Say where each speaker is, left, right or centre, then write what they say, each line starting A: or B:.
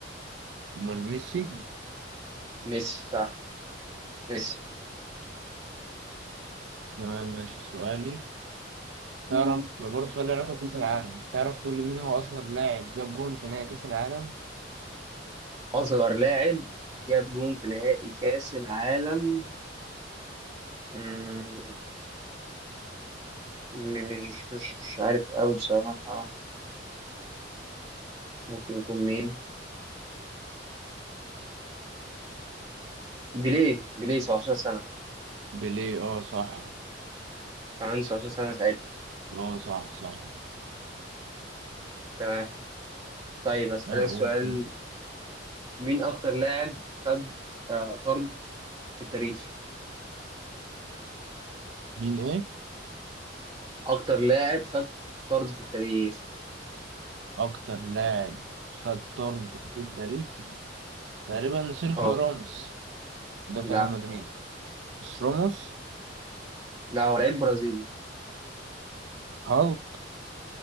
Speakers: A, on the right (about 85°); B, on the right (about 20°).
A: امال ميسي
B: ميسي صح ميسي
A: تمام ماشي سؤالي تعرف برضه سؤال له علاقة بكأس العالم تعرف تقول لي مين هو أصغر لاعب جاب جون في نهائي كأس العالم؟
B: اصغر لاعب جاب جون في نهائي كاس العالم مم، مش مش مش عارف قوي بصراحة ممكن يكون مين بيليه بيليه 17 سنة
A: بيليه اه صح
B: كان عنده 17 سنة ساعتها
A: اه صح صح
B: تمام طيب أسألك
A: اه هو
B: سؤال
A: كده.
B: مين أكتر لاعب خد آه، طرد في التاريخ
A: مين ايه؟
B: أكتر لاعب خد طرد في التاريخ
A: أكتر لاعب خد طرد في التاريخ تقريبا سيرخيو
B: أه
A: راموس ده في
B: لا
A: ريال مدريد مش راموس
B: لا هو لعيب برازيلي
A: هالك